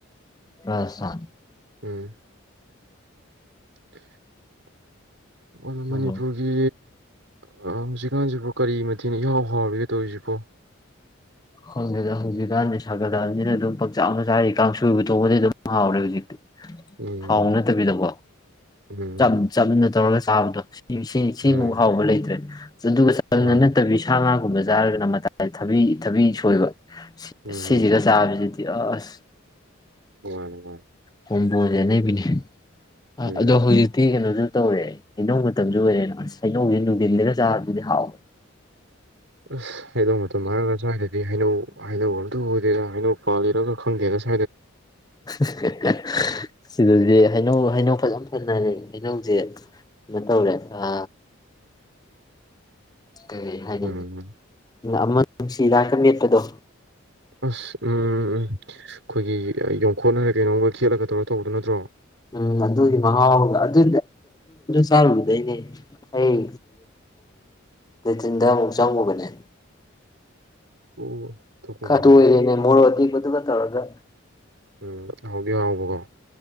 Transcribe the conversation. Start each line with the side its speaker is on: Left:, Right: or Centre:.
Left: ꯔꯥꯖꯁꯊꯥꯟ
Right: ꯎꯝ <unintelligible> ꯃꫭꯏꯅ ꯃꯅꯤꯄꯨꯔꯒꯤ
Left: ꯎꯝ
Right: ꯍꯧꯖꯤꯛꯀꯥꯟꯁꯤꯕꯨ ꯀꯔꯤ ꯃꯊꯦꯟꯅ ꯏꯍꯥꯎ ꯍꯥꯎꯔꯒꯦ ꯇꯧꯔꯤꯁꯤꯕꯣ
Left: ꯈꯪꯗꯦꯗ ꯍꯧꯖꯤꯛꯀꯥꯟꯗꯤ ꯁꯥꯒꯠꯂꯛ ꯑꯕꯅꯤꯅ ꯑꯗꯨꯝ ꯄꯥꯛꯆꯥꯅ ꯃꯆꯥꯔꯤ ꯀꯥꯡꯁꯣꯏꯕꯨ ꯇꯣꯡꯉꯗꯤ ꯑꯗꯨꯝ ꯍꯥꯎꯔꯦ ꯍꯧꯖꯤꯛꯇꯤ
Right: ꯎꯝ
Left: ꯊꯥꯎ ꯅꯠꯇꯕꯤꯗꯀꯣ
Right: ꯎꯝ
Left: ꯆꯝ ꯆꯝꯅ ꯇꯧꯔꯒ ꯇꯥꯕꯗ ꯁꯤ ꯁꯤ ꯁꯤꯃꯨꯛ
Right: ꯎꯝ
Left: ꯍꯥꯎꯕ ꯂꯩꯇ꯭ꯔꯦ ꯑꯗꯨꯒ ꯆꯝꯅ
Right: ꯃꯥꯅꯦ
Left: ꯅꯠꯇꯕꯤ ꯁꯥ ꯉꯥꯒ ꯒꯨꯝꯕ ꯆꯥꯔꯒꯅ ꯃꯇꯥꯏ ꯊꯕꯤ ꯊꯕꯤ ꯁꯣꯏꯕ ꯁꯤ
Right: ꯎꯝ
Left: ꯁꯤꯁꯤꯒ ꯆꯥꯕꯁꯤꯗꯤ ꯏ ꯑꯁ
Right: ꯋꯥꯅꯦ ꯃꯥꯅꯦ
Left: ꯍꯣꯕꯨ ꯍꫭꯔꯗꯤ ꯑꯅꯩꯕꯤꯅꯦ ꯑ
Right: ꯎꯝ
Left: ꯑꯗꯣ ꯍꯧꯖꯤꯛꯇꯤ ꯀꯩꯅꫭꯖꯨ ꯇꯧꯔꯦ ꯍꯩꯅꯧ ꯃꯇꯝꯖꯨ ꯑꯣꯏꯔꯦ ꯑꯁ ꯍꯩꯅꯧꯁꯤ ꯅꯨꯡꯗꯤꯟꯗꯒ ꯆꯥꯕꯗꯨꯗꯤ ꯍꯥꯎꯋꯦ
Right: ꯑꯁ ꯍꯩꯅꯧ ꯃꯇꯝ ꯍꯥꯏꯔꯒ ꯁ꯭ꯋꯥꯏꯗꯗꯤ ꯍꯩꯅꯧ ꯍꯩꯅꯧ ꯑꯇꯕꯨ ꯎꯗꯦꯗ ꯍꯩꯅꯧ ꯄꯥꯜꯂꯤꯔꯥ ꯒ ꯈꯪꯗꯦꯗ ꯁꯋ꯭ꯥ
Left: ꯁꯤ ꯍ ꯍ ꯍ ꯁꯤꯗꯗꯤ ꯍꯩꯅꯧ ꯑ ꯍꯩꯅꯧ ꯐꯖꯅ ꯄꯨꯟꯅꯔꯦ ꯍꯩꯅꯧꯖꯦ ꯀꯩꯅꯣ ꯇꯧꯔꯦ ꯑ ꯀꯩꯩ ꯍꯥꯏꯒ
Right: ꯎꯝ
Left: ꯑꯃ ꯅꯨꯡꯁꯤꯗꯀ ꯃꯦꯠꯄꯗꯣ
Right: ꯑꯁ ꯎꯝꯝ ꯎꯝ ꯑꯩꯈꯣꯏꯒꯤ ꯌꯣꯡꯈꯣꯠꯅꯈꯔꯦ ꯀꯩꯅꯣꯝꯒ ꯈꯦꯠꯂꯒ ꯇꯧꯔ ꯇꯧꯕꯗꯨꯣ ꯅꯠꯇ꯭ꯔꯣ
Left: ꯎꯝ ꯑꯗꯨꯒꯤ ꯃꯍꯥꯎ ꯑꯗꯨ ꯆꯥꯔꯨꯗꯩꯅꯦ ꯑꯩ ꯂꯦꯇ꯭ꯔꯤꯟꯗ ꯑꯃꯨꯛ ꯆꯪꯉꯨꯕꯅꯦ
Right: ꯑꯣ ꯊꯣꯛꯄꯅꯤꯗ
Left: ꯀꯥ ꯇ ꯑꯣꯏꯔꯅꯦ ꯃꯣꯔꯗꯤꯗꯨ ꯀꯊ ꯑꯣꯏꯔꯒ
Right: ꯎꯝ ꯍꯗꯤꯣ ꯍꯕꯀꯣ